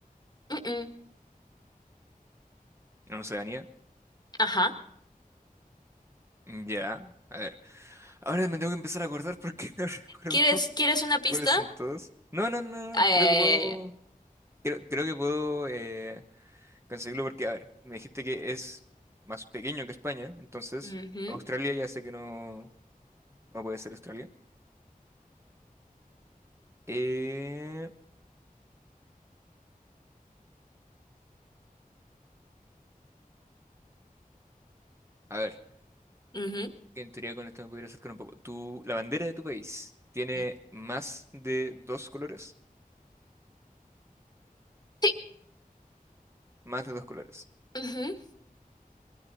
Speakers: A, on the left; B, on the right.
A: Mm-mm.
B: en Oceanía.
A: Ajá.
B: Ya, a ver. Ahora me tengo que empezar a acordar porque <laughs> no recuerdo
A: ¿Quieres,
B: <laughs>
A: quieres una pista?
B: cuáles son todos. No, no, no,
A: Ay,
B: no.
A: ay,
B: Creo
A: ay,
B: que puedo.
A: ay,
B: Creo, creo que puedo eh, conseguirlo porque, a ver, me dijiste que es más pequeño que España, entonces
A: ay.
B: Australia ya sé que no, no puede ser Australia. Eh, a ver,
A: Ujú,
B: que en teoría con esto me podría acercar un poco. Tu, la bandera de tu país tiene
A: ujú.
B: más de dos colores.
A: Sí.
B: Más de dos colores.
A: ujú.